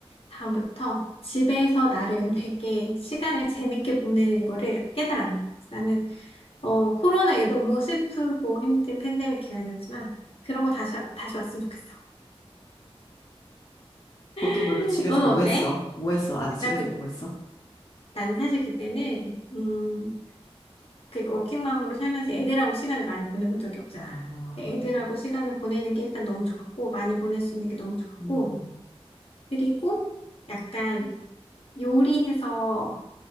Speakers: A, on the left; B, on the left.
A: 다음부터 집에서 나름 되게 시간을 재밌게 보내는 거를 깨달았는 거예요. 나는 어, 코로나 이거 너무 슬프고 힘든 팬데믹 기간이었지만 그런 거 다시 다시 왔으면 좋겠어.
B: 보통
A: <laughs>
B: 그러면 집에서
A: 너는
B: 뭐
A: 어때?
B: 했어? 뭐 했어? 아니,
A: 나
B: 집에서
A: 그,
B: 뭐 했어?
A: 나는 사실 그때는 음, 그 워킹맘으로 살면서 애들하고 시간을 많이 보내본 적이 없잖아.
B: 아,
A: 근데 애들하고 시간을 보내는 게 일단 너무 좋았고, 많이 보낼 수 있는 게 너무 좋았고,
B: 음,
A: 그리고 약간 요리해서